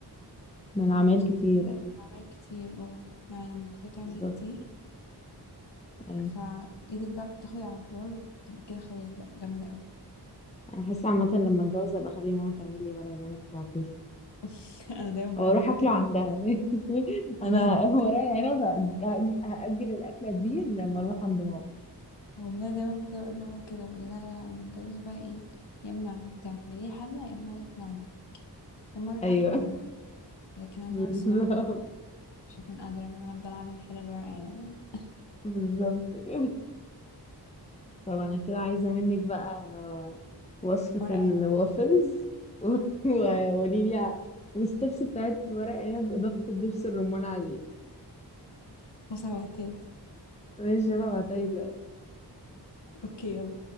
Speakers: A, on the left; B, on the left.
A: من عمال كتير يعني
B: اعمال كتير اه يعني لما بتبقي تعملي
A: بالظبط
B: كتير
A: ايوه
B: فايدك بقى بتاخد على الحوار وتبقي كده خلاص بقى جامده قوي
A: انا حاسه عامه لما اتجوز ابقى اخلي ماما تعمل لي ورق العنب تبعتهولي
B: <laughs> انا دايما بقول
A: او اروح
B: لماما
A: اكله
B: كده
A: عندها <laughs> انا
B: بجد
A: ورق العنب هأج- هأج- هاجل الاكله دي لما اروح عند ماما
B: والله دايما بفضل اقول لماما كده بقول لها لا لما اتجوز بقى ايه يا اما هتعملي حله يا اما هاكله عندي يا اما اروح
A: ايوه
B: اكله
A: <laughs>
B: عند حد لكن انا
A: بالظبط
B: بصراحه مش هكون قادرة ان انا افضل اعمل حلل ورق عنب يعني.
A: بالظبط كده طب انا كده عايزة منك بقى وصفة
B: ورق
A: الوافلز
B: عنب
A: <laughs> وقولي
B: اه
A: لي والستبس بتاعت ورق عنب بإضافة الدبس الرمان عليه
B: بصل وتاني
A: ماشي يلا بعتها لي دلوقتي.
B: اوكي يلا